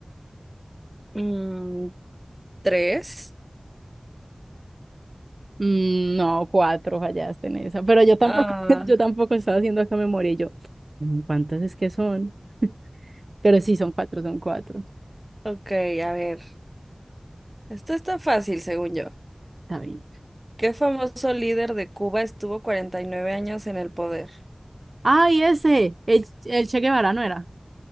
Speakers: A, on the right; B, on the right.
A: mm, tres.
B: Mm, no, cuatro fallaste en esa, pero yo tampoco,
A: Ah,
B: <laughs> yo tampoco estaba haciendo acá memoria y yo, "Mm, ¿cuántas es que son? Pero sí, son cuatro, son cuatro.
A: ok, a ver. Esto está fácil, según yo.
B: Está bien.
A: ¿Qué famoso líder de Cuba estuvo 49 años en el poder?
B: ¡Ay, ese! El, el Che Guevara, ¿no era?